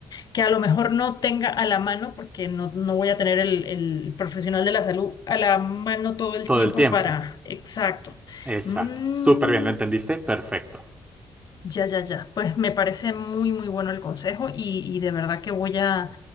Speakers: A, on the left; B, on the right.
A: que a lo mejor no tenga a la mano, porque no, no voy a tener el, el profesional de la salud a la mano todo el
B: todo
A: tiempo
B: el tiempo.
A: para... Exacto.
B: Exacto.
A: Mm,
B: Súper bien, ¿lo entendiste? Perfecto.
A: ya, ya, ya. Pues me parece muy, muy bueno el consejo y, y de verdad que voy a,